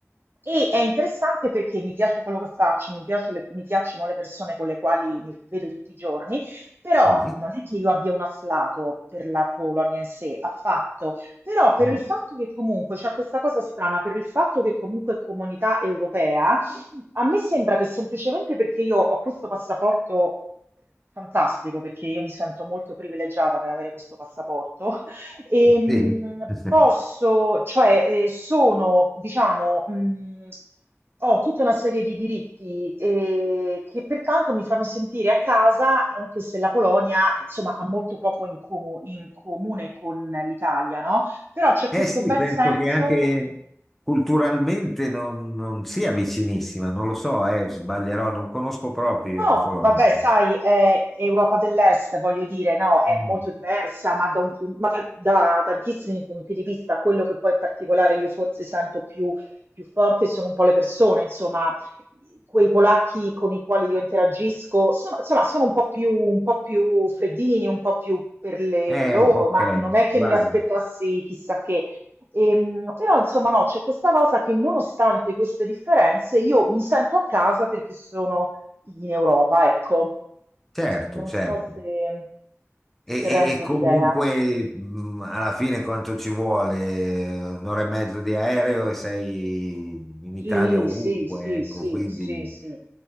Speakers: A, on the right; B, in the centre.
A: E è interessante perché mi piace quello che faccio, mi piace le- mi piacciono le persone con le quali mi vedo tutti i giorni, però
B: eh, Sì.
A: non è che io abbia un afflato per la Polonia in sé, affatto, però per
B: Mm.
A: il fatto che comunque c'è questa cosa strana, per il fatto che comunque è comunità europea, a me sembra che semplicemente perché io ho questo passaporto fantastico, perché io mi sento molto privilegiata per avere questo passaporto, Ehm,
B: Sì. <laughs>
A: posso, cioè, eh, sono, diciamo, mh, ho tutta una serie di diritti eh, che pertanto mi fanno sentire a casa, anche se la Polonia, insomma, ha molto poco in, co- in comune con l'Italia, no? Però c'è questo
B: Eh sì,
A: bel
B: penso
A: senso
B: che anche culturalmente non, non sia vicinissima, non lo so, eh, sbaglierò, non conosco proprio io
A: No,
B: la Polonia.
A: vabbè, sai, è Europa dell'Est, voglio dire, no, è
B: Mm.
A: molto diversa, ma, da, un pun- ma da- da tantissimi punti di vista, quello che poi in particolare io forse sento più, più forte sono un po' le persone, insomma, quei polacchi con i quali io interagisco, sono, insomma, sono un po' più, un po' più freddini, un po' più per le
B: Eh,
A: loro,
B: ok,
A: ma non è che
B: guarda,
A: mi aspettassi chissà che. Ehm, però insomma no, c'è questa cosa che nonostante queste differenze io mi sento a casa perché sono in Europa, ecco,
B: certo,
A: non
B: certo.
A: so se, se
B: E, e-
A: rendo
B: e comunque
A: l'idea.
B: mh, alla fine quanto ci vuole? Un'ora e mezzo di aereo e sei in
A: Sì,
B: Italia ovunque,
A: sì, sì,
B: ecco,
A: sì,
B: quindi
A: sì, sì.